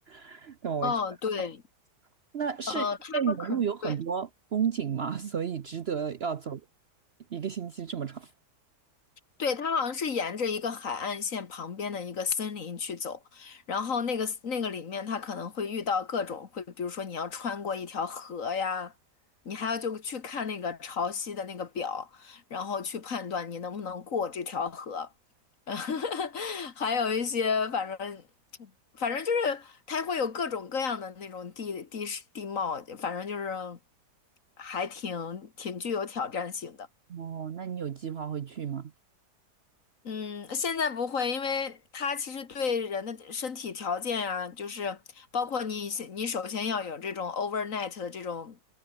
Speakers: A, on the right (about 50°); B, on the left (about 55°).
A: <laughs> 那我觉得，
B: 哦，对，
A: 那是因为你的路有很多风景嘛，
B: 呃，他们可对，
A: 所以值得要走一个星期这么长。
B: 对，它好像是沿着一个海岸线旁边的一个森林去走，然后那个那个里面，它可能会遇到各种会，比如说你要穿过一条河呀，你还要就去看那个潮汐的那个表，然后去判断你能不能过这条河，<laughs> 还有一些反正反正就是它会有各种各样的那种地地势地貌，反正就是还挺挺具有挑战性的。
A: 哦，那你有计划会去吗？
B: 嗯，现在不会，因为它其实对人的身体条件啊，就是包括你先你首先要有这种 overnight 的这种